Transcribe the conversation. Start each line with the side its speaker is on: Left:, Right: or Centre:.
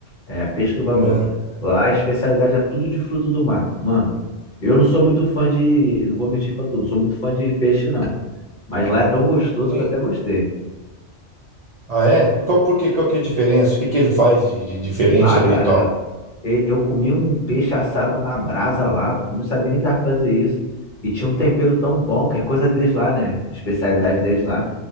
Left: É, peixe do Vanô.
Right: Ah,
Left: Lá a especialidade é tudo de fruto do mar. Mano, eu não sou muito fã de. eu Não vou mentir pra tu, não sou muito fã de peixe, não. Mas lá é tão gostoso
Right: sim.
Left: que eu até gostei.
Right: Ah, é? Por qual, por quê? Qual que é a diferença? O que que ele faz de, de diferente
Left: Sei lá,
Right: ali
Left: cara.
Right: e tal?
Left: e- Eu comi um peixe assado na brasa lá. Eu não sabia nem que dava pra fazer isso. E tinha um tempero tão bom, que é coisa deles lá, né? Especialidade deles lá.